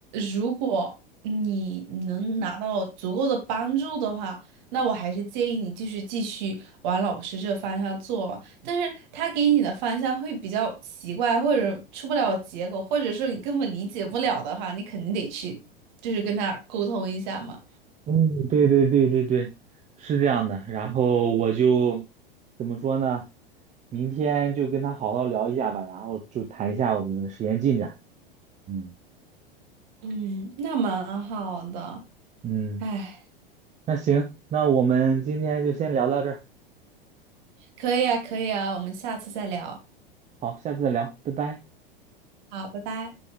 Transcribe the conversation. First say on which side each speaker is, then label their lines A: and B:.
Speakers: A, on the right; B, on the right.
A: 如果你能拿到足够的帮助的话，那我还是建议你继续继续往老师这方向做嘛。但是他给你的方向会比较奇怪，或者出不了结果，或者是你根本理解不了的话，你肯定得去，就是跟他沟通一下嘛。
B: 嗯，对对对对对，是这样的。然后我就怎么说呢？明天就跟他好好聊一下吧，然后就谈一下我们的实验进展。嗯
A: 嗯，那蛮好的，
B: 嗯。
A: 哎，
B: 那行，那我们今天就先聊到这儿，
A: 可以啊，可以啊，我们下次再聊。
B: 好，下次再聊，拜拜。
A: 好，拜拜。